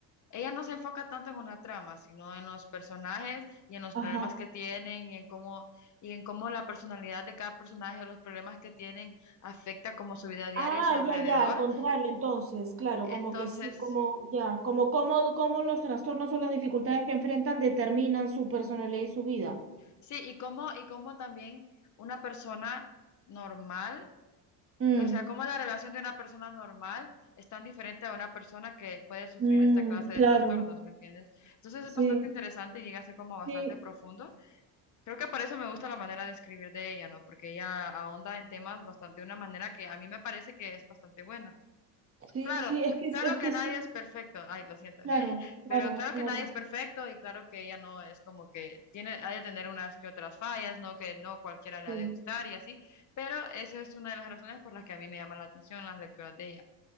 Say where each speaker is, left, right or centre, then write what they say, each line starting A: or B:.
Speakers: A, on the left; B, on the right.
A: ella no se enfoca tanto en una trama, sino en los personajes y en los
B: Ajá.
A: problemas que tienen y en cómo, y en cómo la personalidad de cada personaje o los problemas que tienen afecta como su vida diaria
B: Ah,
A: y su alrededor.
B: ya, ya, al contrario, entonces, claro,
A: Entonces,
B: como que sí, como, ya, como cómo, cómo los trastornos o las dificultades que enfrentan determinan su personalidad y su vida.
A: sí, y cómo, y cómo también una persona normal
B: Mm,
A: o sea, cómo la relación de una persona normal es tan diferente a una persona que puede sufrir
B: mm,
A: esta clase de
B: claro,
A: trastornos, ¿me entiendes? Entonces
B: sí,
A: es bastante interesante y llega a ser como bastante
B: sí,
A: profundo. Creo que por eso me gusta la manera de escribir de ella, ¿no? Porque ella ahonda en temas bastante de una manera que a mí me parece que es bastante buena.
B: sí,
A: Claro,
B: sí, es que, es
A: claro que
B: que
A: nadie
B: sí.
A: es perfecto. Ay, lo siento.
B: Claro,
A: <laughs>
B: claro,
A: Pero claro
B: claro,
A: que nadie es perfecto y claro que ella no es como que tiene, ha de tener unas que otras fallas, ¿no? Que no cualquiera le
B: sí.
A: ha de gustar y así. Pero esa es una de las razones por las que a mí me llama la atención las lecturas de ella.